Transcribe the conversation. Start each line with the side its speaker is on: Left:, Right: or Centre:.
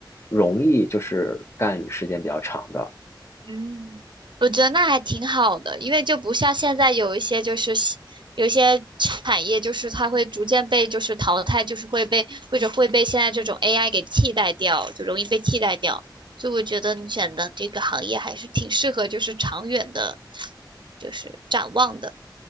Left: 容易，就是干时间比较长的。
Right: 嗯，我觉得那还挺好的，因为就不像现在有一些就是西有一些产业，就是它会逐渐被就是淘汰，就是会被或者会被现在这种 AI 给替代掉，就容易被替代掉。所以我觉得你选的这个行业还是挺适合，就是长远的，就是展望的。